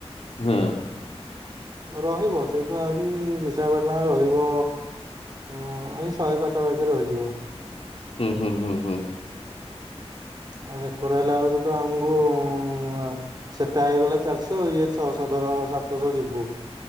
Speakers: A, on the left; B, on the right.
A: ହୁଁ।
B: ରହିବ ସେଇଠୁ ଆହୁରି ବିଶାଖାପାଟଣା ରହିବ ଅଁ ଏଇ ଶହେ ପା ଖାପାଖି ରହିଯିବ।
A: ହୁଁ ହୁଁ ହୁଁ ହୁଁ।
B: ଆ ସେକର ହେଲା ବେଳକୁ ତ ଆମୁକୁ ଆ। ସେଟା ହେଇଗଲା ଚାରିଶହ, ଇଏ ଛଅଶହ ଧର ସାତଶହ ଯିବୁ।